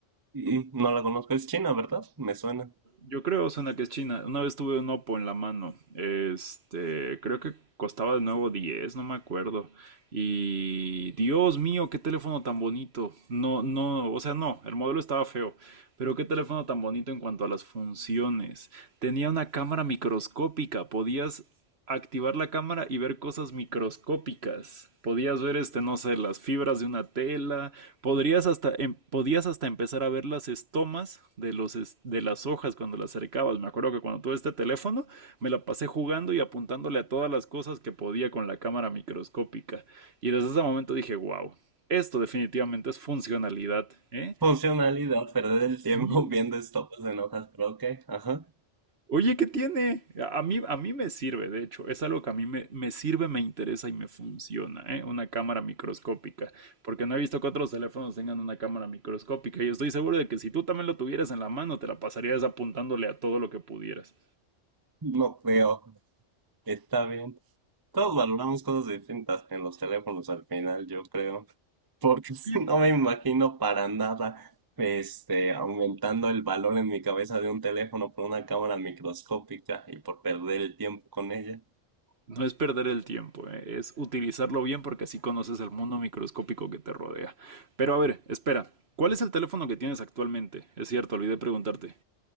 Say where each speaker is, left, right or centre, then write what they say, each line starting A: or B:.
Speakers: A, on the right; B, on the right.
A: Y no la conozco, es China, ¿verdad? Me suena.
B: Yo creo, Osana, que es China. Una vez tuve un Oppo en la mano. Este, creo que costaba de nuevo 10, no me acuerdo. Y Dios mío, qué teléfono tan bonito. No, no, o sea, no, el modelo estaba feo. Pero qué teléfono tan bonito en cuanto a las funciones. Tenía una cámara microscópica. Podías activar la cámara y ver cosas microscópicas. Podías ver, este, no sé, las fibras de una tela, Podrías hasta, em- podías hasta empezar a ver las estomas de los es- de las hojas cuando las acercabas. Me acuerdo que cuando tuve este teléfono me la pasé jugando y apuntándole a todas las cosas que podía con la cámara microscópica. Y desde ese momento dije, wow, esto definitivamente es funcionalidad, ¿eh?
A: Funcionalidad, perder el
B: Sí,
A: tiempo <laughs> viendo estopes en hojas, pero ok, ajá.
B: Oye, ¿qué tiene? A a mí, a mí me sirve, de hecho, es algo que a mí me, me sirve, me interesa y me funciona, ¿eh? Una cámara microscópica, porque no he visto que otros teléfonos tengan una cámara microscópica y estoy seguro de que si tú también lo tuvieras en la mano, te la pasarías apuntándole a todo lo que pudieras.
A: No creo. Está bien. Todos valoramos cosas distintas en los teléfonos al final, yo creo. porque <laughs>
B: Y
A: no me imagino para nada, este, aumentando el valor en mi cabeza de un teléfono por una cámara microscópica y por perder el tiempo con ella.
B: No es perder el tiempo, ¿eh? Es utilizarlo bien porque así conoces el mundo microscópico que te rodea. Pero a ver, espera, ¿cuál es el teléfono que tienes actualmente? Es cierto, olvidé preguntarte.